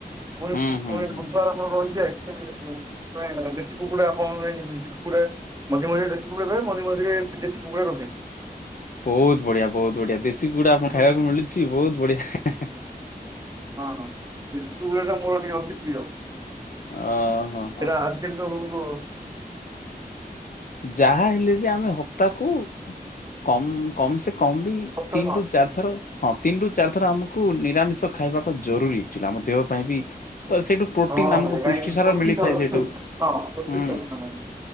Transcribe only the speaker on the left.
ହୁଁ
ହୁଁ ହୁଁ
ବହୁତ ବଢିଆ ବହୁତ ବଢିଆ। ଦେଶୀ କୁକୁଡା ଆପଣଙ୍କୁ
ଖାଇବାକୁ ମିଳୁଛି ବହୁତ ବଢିଆ।
ଅ ହଁ ହଁ
ହଁ।
ଯାହା ହେଲେ ବି ଆମେ ହପ୍ତାକୁ କମ କମ ସେ କମ ବି
ତିନ୍ ରୁ ଚାରି ଥର ହଁ ତିନି ରୁ ଚାରି ଥର ଆମକୁ ନିରାମିଷ ଖାଇବାକ ଜରୁରୀ, ଆକ୍ଚୁଆଲି ଆମ ଦେହ ପାଇଁ ବି ତ ସେଇଠୁ ପ୍ରୋଟିନ
ଆମକୁ
ପୃଷ୍ଟି ସାର
ମିଳିଥାଏ
ସେଇଠୁ
ହୁଁ।